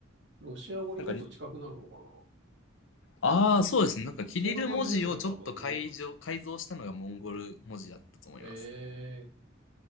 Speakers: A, on the right; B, on the left.
A: ロシア語にもっと近くなるのかな。
B: なんかに、ああ、そうですね。なんか、キリル文字をちょっと改造、
A: そんな感じですよね、多分ね。
B: 改造したのがモンゴル文字だったと思います。
A: ええ